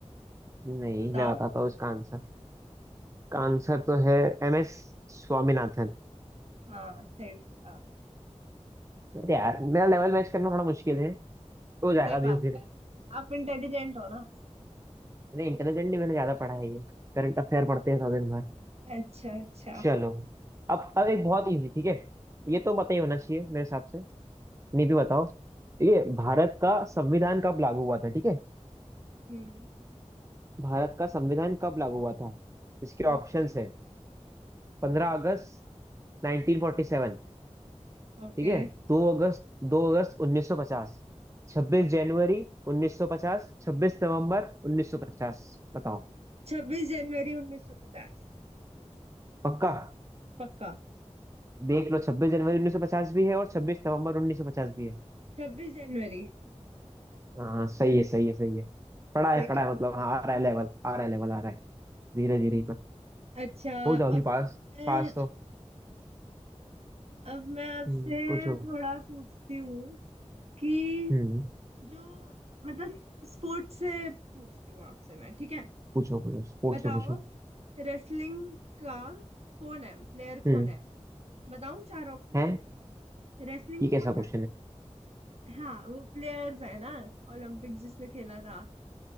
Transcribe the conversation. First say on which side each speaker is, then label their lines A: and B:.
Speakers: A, on the right; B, on the right.
A: नहीं
B: बताओ
A: मैं बताता हूँ इसका आंसर का आंसर तो है एम एस स्वामीनाथन
B: हाँ सही बोला
A: अरे यार मेरा लेवल मैच करना थोड़ा मुश्किल है हो
B: सही
A: जाएगा धीरे
B: बात
A: धीरे
B: है आप इंटेलिजेंट हो ना
A: अरे इंटेलिजेंट नहीं मैंने ज्यादा पढ़ा है ये करंट अफेयर पढ़ते हैं दिन भर
B: अच्छा अच्छा
A: चलो अब अब एक बहुत इजी ठीक है
B: हम्म
A: ये तो पता ही होना चाहिए मेरे हिसाब से नहीं भी बताओ ये भारत का संविधान कब लागू हुआ था ठीक है
B: हम्म
A: भारत का संविधान कब लागू हुआ था इसके
B: ओके
A: ऑप्शंस है पंद्रह अगस्त 1947 ठीक
B: ओके
A: है दो अगस्त दो अगस्त 1950 26
B: ओके
A: जनवरी 1950 26 नवंबर 1950 बताओ
B: छब्बीस जनवरी उन्नीस सौ पचास
A: पक्का
B: पक्का
A: देख लो 26 जनवरी 1950 भी है और 26 नवंबर 1950 भी है
B: छब्बीस जनवरी
A: हाँ सही है सही है सही है पढ़ा
B: सही
A: है पढ़ा
B: है
A: है मतलब हाँ आ रहा है लेवल आ रहा है लेवल आ रहा है धीरे धीरे ही पर
B: अच्छा
A: हो जाओगी
B: अब
A: पास
B: मैं
A: पास तो
B: अब मैं आपसे
A: हम्म पूछो
B: थोड़ा पूछती हूँ कि
A: हम्म
B: जो मतलब स्पोर्ट्स से पूछती हूँ आपसे मैं ठीक है
A: पूछो पूछो स्पोर्ट्स
B: बताओ
A: से पूछो
B: रेसलिंग का कौन है प्लेयर
A: हम्म
B: कौन है बताओ चार ऑप्शन
A: है
B: दो रेसलिंग
A: ये कैसा
B: कौन
A: क्वेश्चन
B: है
A: है
B: हाँ वो प्लेयर्स है ना ओलंपिक्स जिसने खेला था